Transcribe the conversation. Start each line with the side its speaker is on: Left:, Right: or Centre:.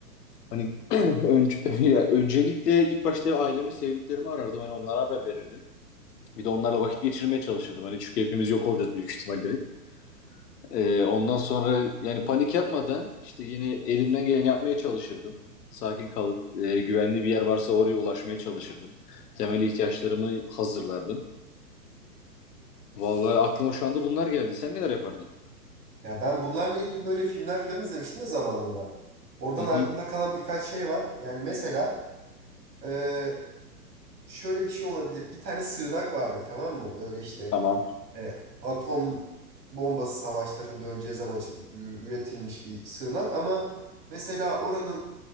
Left: Hani <clears throat> önce, <laughs> ya öncelikle ilk başta ailemi, sevdiklerimi arardım. Hani onlara haber verirdim. Bir de onlarla vakit geçirmeye çalışırdım. Hani çünkü hepimiz yok olacağız büyük ihtimal direkt. Ee, ondan sonra yani panik yapmadan işte yine elimden geleni yapmaya çalışırdım. Sakin kalıp e, güvenli bir yer varsa oraya ulaşmaya çalışırdım. Temel ihtiyaçlarımı hazırlardım. Vallahi aklıma şu anda bunlar geldi. Sen neler yapardın?
Right: Ya ben bunlarla ilgili böyle filmler falan izlemiştim de zamanında. Oradan
Left: Hı hı.
Right: aklımda kalan birkaç şey var. Yani mesela e, şöyle bir şey olabilir. Bir tane sığınak vardır tamam mı? Böyle işte
Left: Tamam.
Right: e, atom bombası savaşlarının döneceği zaman için ü- ü- üretilmiş bir sığınak ama mesela oranın